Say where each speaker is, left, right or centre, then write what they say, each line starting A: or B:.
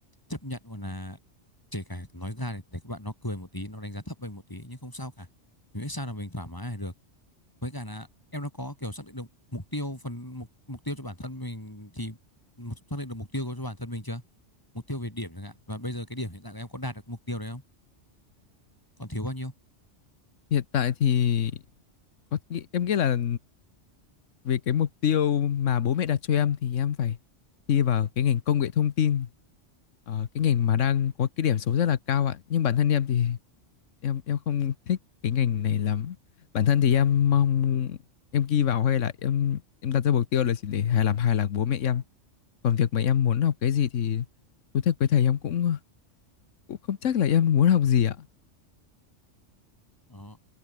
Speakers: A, on the left; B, on the left.
A: chấp nhận còn là kể cả nói ra để, để các bạn nó cười một tí nó đánh giá thấp mình một tí nhưng không sao cả mình biết sao là mình thoải mái là được với cả là em nó có kiểu xác định được mục tiêu phần mục, mục tiêu cho bản thân mình thì xác định được mục tiêu cho bản thân mình chưa mục tiêu về điểm chẳng hạn và bây giờ cái điểm hiện tại của em có đạt được mục tiêu đấy không còn thiếu bao nhiêu
B: Hiện tại thì có nghĩ em nghĩ là về cái mục tiêu mà bố mẹ đặt cho em thì em phải thi vào cái ngành công nghệ thông tin ờ, cái ngành mà đang có cái điểm số rất là cao ạ nhưng bản thân em thì em em không thích cái ngành này lắm bản thân thì em mong em ghi vào hay là em em đặt ra mục tiêu là chỉ để hài làm hài lòng bố mẹ em còn việc mà em muốn học cái gì thì thú thật với thầy em cũng cũng không chắc là em muốn học gì ạ
A: đó